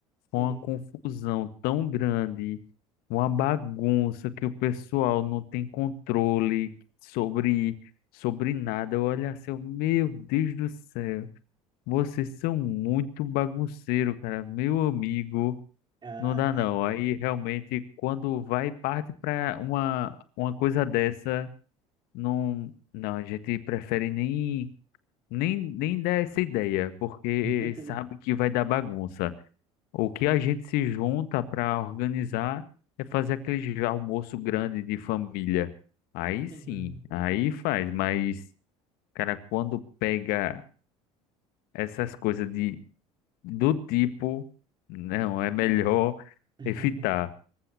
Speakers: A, on the left (about 65°); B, on the right (about 25°).
A: Foi
B: Hum.
A: uma confusão tão grande, uma bagunça que o pessoal não tem controle sobre, sobre nada. Eu olho assim, eu, meu Deus do céu, vocês são muito bagunceiro, cara. Meu amigo,
B: Ah,
A: não dá
B: tá.
A: não. Aí realmente, quando vai parte para uma, uma coisa dessa, não, não, a gente prefere nem. Nem, nem dá essa ideia, porque
B: <laughs>
A: sabe que vai dar bagunça. O que a gente se junta para organizar é fazer aquele almoço grande de família. Aí sim,
B: Uhum.
A: aí faz, mas, cara, quando pega essas coisas de, do tipo, não, é melhor <laughs>
B: <laughs>
A: evitar.